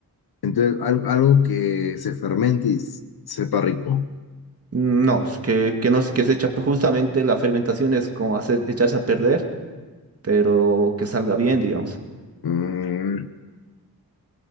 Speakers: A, on the left (about 75°); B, on the right (about 40°).
A: Entonces, al- algo que se fermente y s- sepa rico.
B: No, es que, que no es que se echa, pues, justamente la fermentación es como hacer, echarse a perder, pero que salga bien, digamos.
A: Mm,